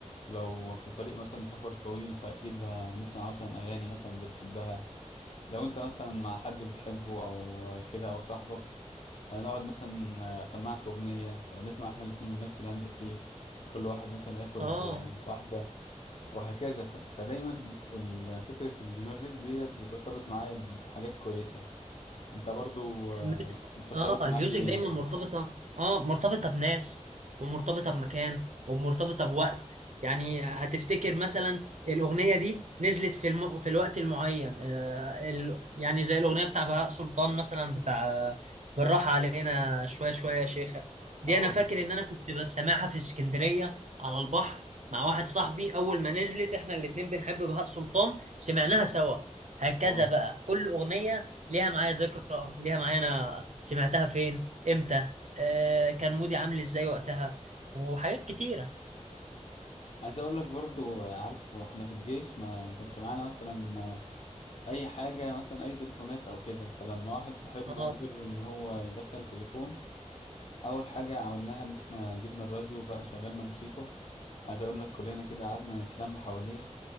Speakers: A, on the left; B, on the right.
A: لو في طريق مثلا سفر طويل فأكيد هنسمع مثلا أغاني مثلا بنحبها لو انت مثلا مع حد بتحبه او كده او صاحبك آه، نقعد مثلا آه، اسمعك اغنية ونسمع احنا الاتنين من نفس الهاند فري كل واحد مثلا ياخد
B: اه
A: آه، واحدة وهكذا ف- فدايما ال- فكرة الميوزك ديت بترتبط معايا بحاجات كويسة انت برضو
B: الميوزك
A: آه، بترتبط
B: اه الميوزك
A: معاك بايه
B: دايما
A: مثلا
B: مرتبطة اه مرتبطة بناس ومرتبطة بمكان ومرتبطة بوقت يعني هتفتكر مثلا الأغنية دي نزلت في الم... في الوقت المعين آه ال... يعني زي الأغنية بتاع بهاء سلطان مثلا بتاع آه، بالراحة علينا شوية شوية يا شيخة دي
A: اه
B: أنا فاكر إن أنا كنت بس سامعها في اسكندرية على البحر مع واحد صاحبي أول ما نزلت إحنا الاتنين بنحب بهاء سلطان سمعناها سوا هكذا
A: اه
B: بقى كل أغنية ليها معايا ذكرى ليها معايا انا سمعتها فين امتى آه كان مودي عامل ازاي وقتها وحاجات كتيرة
A: عايز اقول لك برضو آه، عارف واحنا في الجيش ما كانش معانا مثلا آه، اي حاجة مثلا اي تليفونات او كده فلما واحد صاحبنا
B: اه
A: قدر ان هو يدخل تليفون اول حاجه عملناها ان احنا جبنا الراديو بقى شغلنا موسيقى عايز اقول لك كلنا كده قعدنا نتلم حواليه